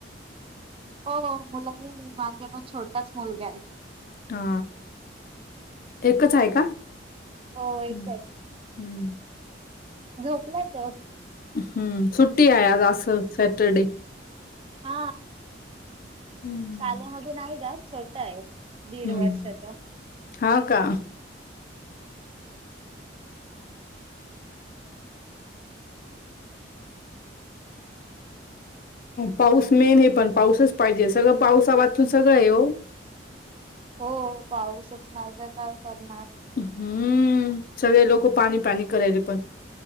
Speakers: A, on the right; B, on the left.
A: हो मुल गेली माझा पण छोटाच मुलगा आहे.
B: हा एकच आहे का?
A: हो एकच.
B: हम्म हम्म.
A: झोपलाय तो.
B: हम्म सुट्टी हाय आज अस सॅटरडे.
A: हा
B: हम्म.
A: शालेमध्ये नाही जात छोटा आहे. दीड
B: हम्म
A: वर्षाचा.
B: हा का? पाऊस मेन हे पण पाऊसच पाहिजे सगळं पावसा वाचून सगळं आहे हो.
A: हो पाऊसच नाही तर काय करणार?
B: हम्म सगळे लोक पाणी पाणी करायले पण.